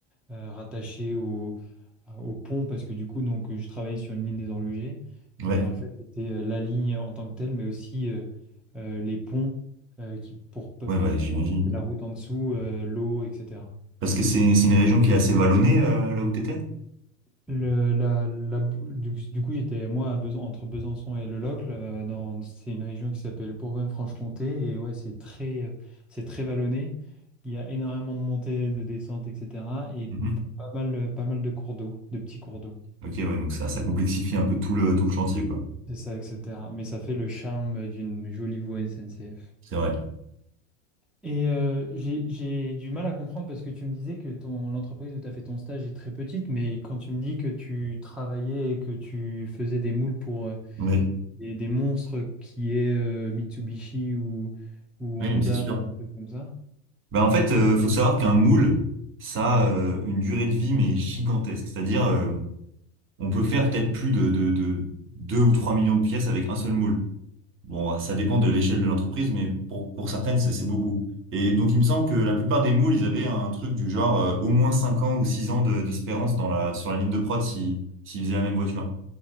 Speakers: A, in the centre; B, on the right.
A: euh, rattachées au, au pont, parce que du coup, donc, je travaillais sur une ligne des horlogers, mais
B: Ouais.
A: en fait, c'était euh, la ligne en tant que telle, mais aussi euh, euh, les ponts euh, qui, pour, pour,
B: Ouais,
A: pour
B: ouais, j'imagine.
A: la route en dessous, euh, l'eau, etc.
B: Parce que c'est c'est une région qui est assez vallonnée, euh, là où t'étais?
A: Le, la, la du, du coup, j'étais moi à Besan- entre Besançon et Le Locle. euh, dans, c'est une région qui s'appelle Bourgogne-Franche-Comté. Et ouais, c'est très, euh, c'est très vallonné. Il y a énormément de montées, de descentes, etc. Et
B: Mhm.
A: pas mal, euh, pas mal de cours d'eau, de petits cours d'eau.
B: Ok, ouais, donc ça, ça complexifie un peu tout le, tout le chantier, quoi.
A: C'est ça, etc. Mais ça fait le charme d'une jolie voie SNCF.
B: C'est vrai.
A: Et euh, j'ai, j'ai du mal à comprendre parce que tu me disais que ton, l'entreprise où tu as fait ton stage est très petite, mais quand tu me dis que tu travaillais et que tu faisais des moules pour... euh,
B: Oui.
A: et des monstres qui est euh, Mitsubishi ou, ou
B: Oui,
A: Honda
B: mais c'est sûr.
A: ou des trucs comme ça.
B: Ben, en fait, euh, faut savoir qu'un moule, ça a euh, une durée de vie, mais gigantesque. C'est-à-dire, euh, on peut faire peut-être plus de, de, de 2 ou 3 millions de pièces avec un seul moule. Bon, ça dépend de l'échelle de l'entreprise, mais pour, pour certaines, c'est c'est beaucoup. Et donc, il me semble que la plupart des moules, ils avaient un truc du genre euh, au moins 5 ans ou 6 ans de- d'espérance dans la, sur la ligne de prod si, s'ils faisaient la même voiture.